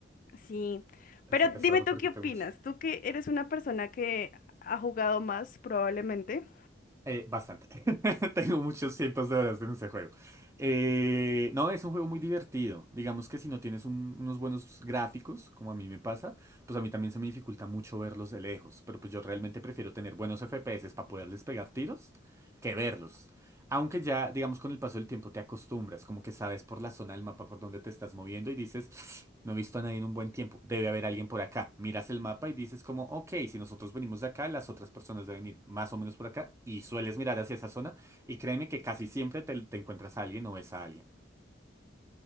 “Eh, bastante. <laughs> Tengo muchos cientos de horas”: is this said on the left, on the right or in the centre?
Right